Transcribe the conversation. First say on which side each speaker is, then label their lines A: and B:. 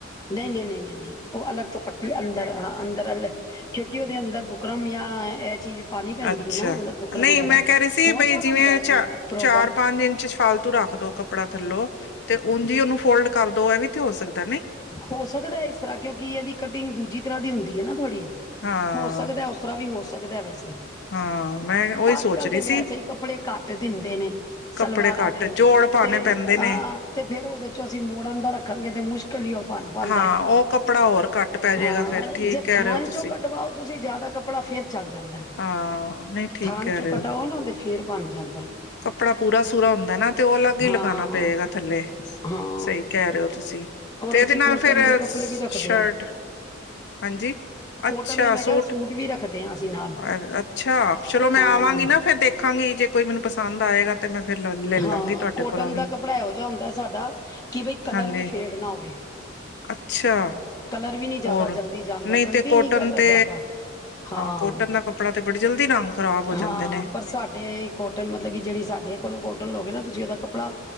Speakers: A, on the left; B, on the left.
A: ਨਹੀਂ, ਨਹੀਂ, ਨਹੀਂ, ਨਹੀਂ, ਨਹੀਂ ਔਹ ਅਲੱਗ ਤੋਂ ਪੱਟੀ ਅੰਦਰ ਹ ਅੰਦਰ ਅਲੱਗ ਕਿਉਂਕਿ ਉਹਦੇ ਅੰਦਰੁ ਬੋ ਬਰਮ ਯਾ ਏਹ ਚੀਜ਼ ਪਾਣੀ ਪੈਂਦੀ
B: ਅੱਛਾ
A: ਹੈ ਨਾ ਅੰਦਰ ਬੁਕਰਮ
B: ਨਹੀਂ
A: ਵਗੈਰਾ
B: ਮੈਂ ਕਹਿ ਰਹੀ ਸੀ
A: ਪਹੁੰਚਾ
B: ਬਈ,
A: ਬਣਦਾ
B: ਜਿਵੇਂ
A: ਹੈ ਪਿਓ
B: ਚਾ
A: ਪ੍ਰੋਪਰ
B: ਚਾਰ- ਪੰਜ ਇੰਚ ਫਾਲਤੂ ਰੱਖ ਦੋ ਕੱਪੜਾ ਥੱਲੋ ਤੇ ਉਂਝ ਉਹਨੂੰ ਫੋਲਡ ਕਰ ਦੋ ਇਹ ਵੀ ਤੇ ਹੋ ਸਕਦਾ ਨਹੀਂ।
A: ਹੋ ਸਕਦਾ ਇਸ ਤਰ੍ਹਾਂ ਕਿਉਂਕਿ ਇਹਦੀ ਕਟਿੰਗ ਦੂਜੀ ਤਰ੍ਹਾਂ ਦੀ ਹੁੰਦੀ ਹੈ ਨਾ ਥੋੜ੍ਹੀ,
B: ਹਾਂ
A: ਹੋ ਸਕਦਾ ਉਸ ਤਰਾ ਵੀ ਹੋ ਸਕਦਾ ਵੈਸੇ,
B: ਹਾਂ ਮੈਂ ਉਹੀ
A: ਅੱਜ
B: ਸੋਚ
A: -ਕੱਲ
B: ਰਹੀ
A: ਤਾਂ
B: ਸੀ
A: ਵੈਸੇ ਹੀ ਕੱਪੜੇ ਘੱਟ ਦਿੰਦੇ ਨੇ
B: ਕੱਪੜੇ
A: ਸਲਵਾਰਾਂ
B: ਘੱਟ
A: ਦੇ
B: ਜੋੜ ਪਾਣੇ
A: ਤੇ
B: ਪੈਂਦੇ ਨੇ
A: ਹਾਂ ਤੇ ਫੇਰ ਉਹਦੇ ਚੋਂ ਅਸੀਂ ਮੋੜਨ ਦਾ ਰੱਖਾਂਗੇ ਤੇ ਮੁਸ਼ਕਿਲ ਹੀ ਔਹ ਬਣ ਬੰਦਾ
B: ਹਾਂ
A: ਹੈ,
B: ਉਹ ਕੱਪੜਾ ਹੋਰ ਘੱਟ ਪੈ ਜਾਏਗਾ
A: ਹਾਂ
B: ਫੇਰ ਠੀਕ
A: ਜੇ
B: ਕਹਿ
A: ਥਾਣ
B: ਰਹੇ ਹੋ
A: ਚੋਂ
B: ਤੁਸੀਂ
A: ਕਟਵਾਓ ਤੁਸੀਂ ਜਿਆਦਾ ਕੱਪੜਾ ਫੇਰ ਚੱਲ ਜਾਂਦਾ
B: ਹਾਂ ਨਹੀਂ ਠੀਕ
A: ਥਾਂਨ
B: ਕਹਿ
A: ਚੋ
B: ਰਹੇ
A: ਕਟਾਓ
B: ਹੋ
A: ਨਾ ਤੇ ਫੇਰ ਬਣ ਜਾਂਦਾ
B: ਕੱਪੜਾ ਪੂਰਾ -ਸੂਰਾ ਹੁੰਦਾ ਨਾ ਤੇ ਉਹ ਅਲੱਗ ਹੀ ਲਗਾਣਾ
A: ਹਾਂ
B: ਪਏਗਾ ਥੱਲੇ
A: ਹਾਂ
B: ਸਹੀ ਕਹਿ ਰਹੇ ਹੋ ਤੁਸੀਂ,
A: ਹੋਰ
B: ਤੇ ਇਹਦੇ
A: ਅਸੀਂ
B: ਨਾਲ
A: ਕੋਟਨ
B: ਫਿਰ
A: ਦੇ ਕੱਪੜੇ
B: ਸ਼ਰਟ
A: ਵੀ ਰੱਖਦੇ ਹਾਂ
B: ਹਾਂਜੀ
A: ਕੋਟਨ
B: ਅੱਛਾ
A: ਦੇ ਮੈਂ
B: ਸੂਟ,
A: ਕਿਹਾ ਵੀ ਰੱਖਦੇ ਹਾਂ ਅਸੀਂ ਨਾਲ
B: ਅ ਅੱਛਾ ਚਲੋ ਮੈਂ
A: ਹਾਂ
B: ਆਵਾਂਗੀ ਨਾ ਫਿਰ ਦੇਖਾਂਗੀ ਜੇ ਕੋਈ ਮੈਨੂੰ ਪਸੰਦ ਆਏਗਾ ਤੇ ਮੈਂ ਫਿਰ <unintelligible>
A: ਹਾਂ
B: ਤੁਹਾਡੇ
A: ਕੋਟਨ
B: ਕੋਲੋਂ ਵੀ
A: ਦਾ ਕੱਪੜਾ ਇਹੋ ਜਿਹਾ ਹੁੰਦਾ ਸਾਡਾ ਕਿ ਬਈ ਕਲਰ
B: ਹਾਂਜੀ
A: ਵੀ ਫੇਡ ਨਾ ਹੋਵੇ।
B: ਅੱਛਾ।
A: ਕਲਰ ਵੀ ਨੀ ਜਾਦਾ
B: ਹੋਰ
A: ਜਲਦੀ ਜਾਂਦਾ
B: ਨਹੀਂ
A: ਜਲਦੀ
B: ਤੇ ਕੋਟਨ
A: ਨੀ ਕਲਰ
B: ਤੇ
A: ਜਾਂਦਾ, ਹਾਂ।
B: ਕੋਟਨ ਦਾ ਕੱਪੜਾ ਤੇ ਬੜੀ ਜਲਦੀ ਰੰਗ ਖ਼ਰਾਬ ਹੋ
A: ਹਾਂ
B: ਜਾਂਦੇ ਨੇ
A: ਪਰ ਸਾਡੇ ਕੋਟਨ ਮਤਲਬ ਕੇ ਜੇੜੀ ਸਾਡੇ ਕੋਲੋਂ ਕੌਟਨ ਲੋਗੇ ਨਾ ਤੁਸੀਂ ਓਦਾ ਕੱਪੜਾ